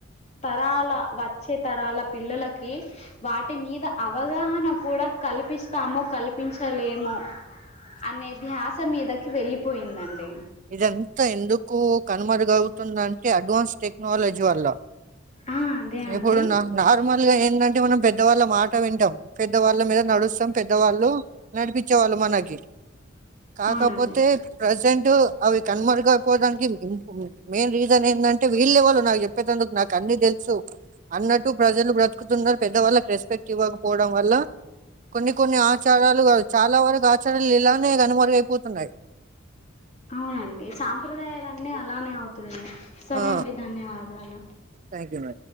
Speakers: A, on the left (about 35°); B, on the right (about 40°).
A: తరాల వచ్చే తరాల పిల్లలకి వాటి మీద అవగాహన కూడా కల్పిస్తాముో కలిపి చపించలేమో అనే ధ్యాస మీద వెళ్ళలిపోయిందండి.
B: ఇదం త ఎందుకు కనుమరుగవుతుందంటే అడ్వాన్స్ టెక్నాలజీ వల్ల
A: ఆ అదే అండి
B: ఎప్పుడున్న నార్మల్గా ఏంటంటే మనం పెద్దవాళ్ళ మాట వింటాం పెద్ద వాళ్ళ మీద నడుస్తాం పెద్దవాళ్ళు నడిపించేవాళ్ళు మనకి కాకపోతే
A: అవునండి
B: ప్రజెంట్ ట్ అవి కనుమరుగ అయిపోవడానికి మెయిన్ రీజన్ ఏంటంటే వీళ్ళే వాళ్ళు నాకు చెప్పేందుకు నాకు అన్ని తెలుసు అన్నట్టు ప్రజలు బ్రతుకుతున్నారు అవి కనుమరుగుపోవడానికి మెయిన్ రీసన్ ఎందంటే వీళ్లెవరు నాకు చెప్పేటందుకు నాకు అన్ని తెలుసు అన్నట్టు ప్రజలు బ్రతుకుతున్న పెద్ద వాళ్ళకి రెస్పెక్ట్ ఇవ్వకపోవడం వల్ల కొన్ని కొన్ని ఆచారాలు చాలా వరకు ఆచారాలు ఇలానే కనుమరుగ అయిపోతున్నాయి
A: అవునండి సాంప్రదాయలున్నీ అలానే అవుతున్నాయి సరే
B: ఆ
A: అండి ధన్యవాదాలు.
B: Thank you madam